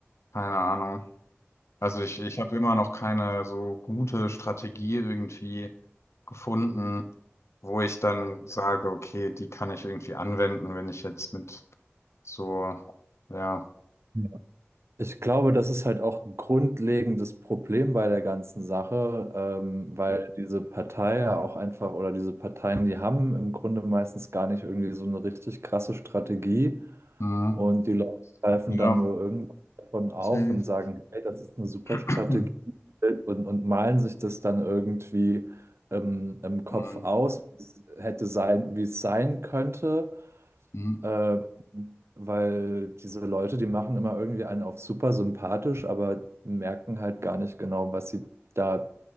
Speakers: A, on the left; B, on the right.
A: keine Ahnung. Also ich, ich habe immer noch keine so gute Strategie irgendwie gefunden, wo ich dann sage, okay, die kann ich irgendwie anwenden, wenn ich jetzt mit so, ja,
B: Ja. Ich glaube, das ist halt auch ein grundlegendes Problem bei der ganzen Sache, ähm, weil diese Partei ja auch einfach, oder diese Parteien, die haben im Grunde meistens gar nicht irgendwie so eine richtig krasse Strategie,
A: mhm.
B: Und die Leute greifen
A: ja,
B: dann nur irgendwas davon auf
A: safe.
B: und sagen, hey, das ist eine super
A: <clears throat>
B: Strategie und, und malen sich das dann irgendwie ähm, im Kopf
A: Mhm.
B: aus, wie es hätte sein, wie es sein könnte.
A: Mhm.
B: Äh, weil diese Leute, die machen immer irgendwie einen auf super sympathisch, aber merken halt gar nicht genau, was sie da